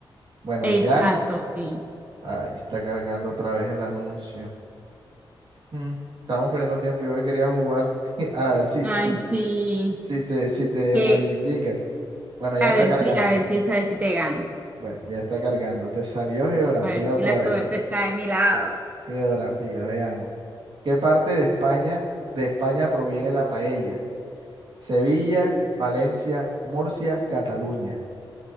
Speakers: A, on the right; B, on the right.
A: Bueno,
B: Exacto,
A: ya.
B: sí.
A: Ahí está cargando otra vez el anuncio. Mm, Estamos perdiendo tiempo. Yo que quería jugar. <laughs> Ahora, a ver si,
B: Ay,
A: si,
B: sí.
A: si te, si te
B: Que,
A: reivindicas. Bueno, ya
B: a
A: está
B: ver
A: cargando.
B: si, a ver si esta vez sí te gano.
A: Bueno, ya está cargando. Te salió geografía
B: A ver
A: otra
B: si la suerte
A: vez.
B: está de mi lado.
A: Geografía, veamos. ¿Qué parte de España, de España proviene la paella? Sevilla, Valencia, Murcia, Cataluña.